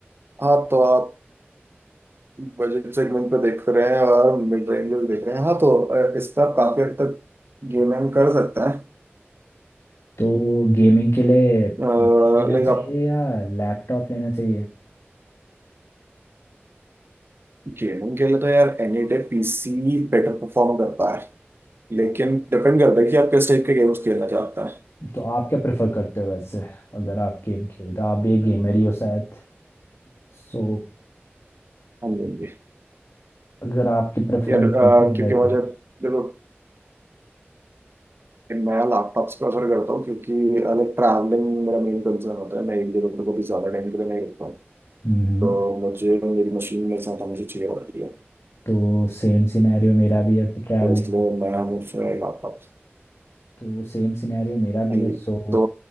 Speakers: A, on the right; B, on the left.
A: हाँ तो आप बजट सेगमेंट पे देख रहे हैं और मिड रेंजर्स देख रहे हैं हाँ तो अह, इस पर आप काफी हद तक गेमिंग कर सकते हैं
B: तो गेमिंग के लिए पीसी
A: लाइक
B: लेना चाहिए
A: आप
B: या लैपटॉप लेना चाहिए
A: गेमिंग के लिए तो यार any day PC better perform करता है लेकिन डिपेंड करता है कि आप किस टाइप के गेम्स खेलना चाहते हैं
B: तो आप क्या प्रेफर करते हो वैसे अगर आप गेम खेलते हो आप भी एक गेमर ही हो शायद सो
A: हाँ जी जी।
B: अगर आपकी प्रेफरेंस
A: यार अ,
B: देखी जाए
A: क्योंकि मुझे
B: तो
A: देखो मैं लैपटॉप से प्रेफर करता हूँ क्योंकि लाइक ट्रैवलिंग मेरा मेन कंसर्न होता है मैं एक जगह पे कभी ज़्यादा टाइम के लिए नहीं रुकता हूँ
B: हम्म
A: तो मुझे मेरी मशीन मेरे साथ हमेशा चाहिए होती है
B: तो सेम सिनेरियो मेरा भी है फिर ट्रैवलिंग
A: तो इसलिए
B: का
A: मैं हमेशा लैपटॉप
B: तो सेम सिनेरियो मेरा
A: हाँ
B: भी
A: जी
B: है सो
A: तो